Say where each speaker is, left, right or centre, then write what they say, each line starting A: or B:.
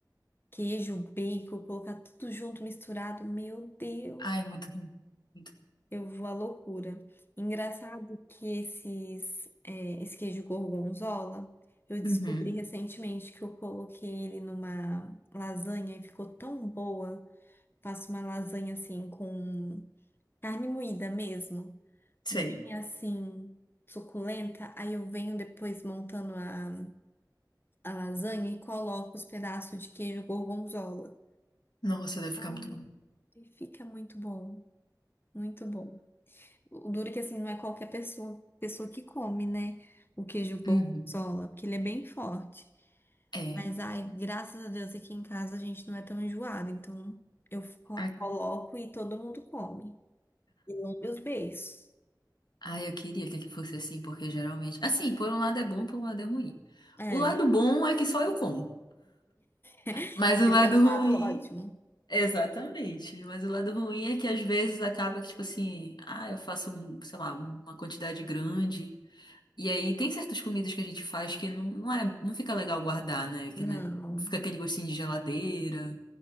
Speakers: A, on the left; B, on the left.
A: Queijo, bacon, colocar tudo junto, misturado. Meu Deus,
B: Ai, muito bom. Muito
A: eu vou à loucura. Engraçado que esses, é, esse queijo gorgonzola, eu descobri
B: bom. Uhum,
A: recentemente que eu coloquei ele numa lasanha e ficou tão boa. Faço uma lasanha assim com carne moída mesmo,
B: sei.
A: bem assim suculenta. Aí eu venho depois montando a, a lasanha e coloco os pedaços de queijo gorgonzola.
B: Nossa, deve
A: Ah,
B: ficar muito bom.
A: e fica muito bom, muito bom. O duro é que assim não é qualquer pessoa, pessoa que come, né? O queijo gorgonzola,
B: Uhum,
A: porque ele é bem forte.
B: é.
A: Mas ai, graças a Deus aqui em casa a gente não é tão enjoado, então eu co-
B: A-
A: coloco e todo mundo come. E lambe os beiços.
B: Ah, eu queria que fosse assim, porque geralmente. Assim, por um lado é bom, por um lado é ruim.
A: É,
B: O lado bom é que só eu como.
A: <laughs>
B: Mas o
A: esse
B: lado
A: é um
B: ruim.
A: lado ótimo.
B: Exatamente. Mas o lado ruim é que às vezes acaba que, tipo assim, ah, eu faço, um, sei lá, uma quantidade grande. E aí tem certas comidas que a gente faz que não, não é, não fica legal guardar, né? Que,
A: Não,
B: né, fica aquele gostinho de geladeira,